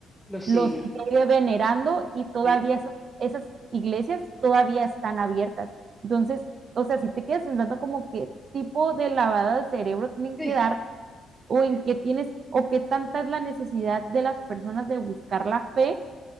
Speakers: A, in the centre; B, on the right.
A: lo sigue.
B: los sigue venerando y todavía
A: Sí.
B: esas, esas iglesias todavía están abiertas. Entonces, o sea, si te quedas pensando como qué tipo de lavada de cerebro tienen
A: <laughs>
B: que dar o en qué tienes o qué tanta es la necesidad de las personas de buscar la fe